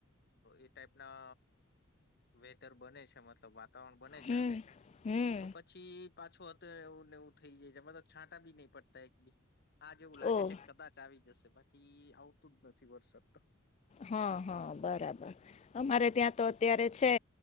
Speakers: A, on the left; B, on the left.
A: એ ટાઈપના વેધર બને છે. મતલબ વા વારણ બને
B: હમ
A: છે
B: હમ
A: તો પછી પાછું હત એવુંનેવું થઈ જાય છે એમાં તો છાંટ બી નહી પડતા એક બી હા જેવું લાગે
B: ઓહ
A: છે કદાચ આવી જશે બાકી બાકી આવતું જ નથી વર્ષક તો.
B: હા હા બરાબર અમારે ત્યાં તો અત્યારે છે